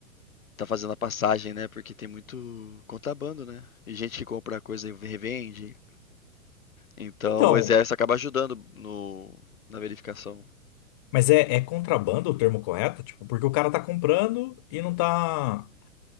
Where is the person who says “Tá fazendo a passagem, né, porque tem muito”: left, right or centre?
Left